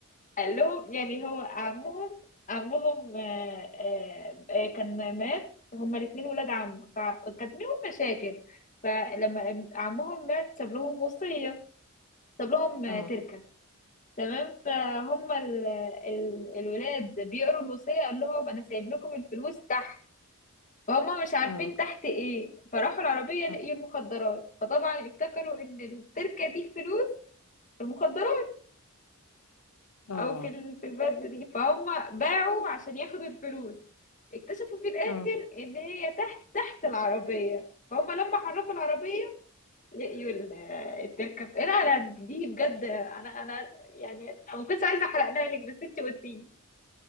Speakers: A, on the left; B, on the left.
A: قال لهم يعني هو عمهم عمهم آه، آه، آه، كان مات هما الاثنين ولاد عم فكانت منهم مشاكل فلما عمهم مات ساب لهم وصية ساب لهم آه،
B: اه
A: تركة تمام فهم ال... ال... الولاد بيقروا الوصية قال لهم أنا سايب لكم الفلوس تحت فهم مش عارفين
B: اه
A: تحت إيه فراحوا العربية لقيوا
B: اه
A: المخدرات فطبعا افتكروا إن التركة دي فلوس في المخدرات
B: اه
A: أو في ال... في البلد دي فهم باعوا عشان ياخدوا الفلوس اكتشفوا في الآخر
B: اه
A: إن هي تحت تحت العربية فهم لما حركوا العربية لقيوا ال- التركة لا لا دي بجد أنا أنا يعني أنا ما كنتش عايزة أحرقها لك بس أنت قلتيلي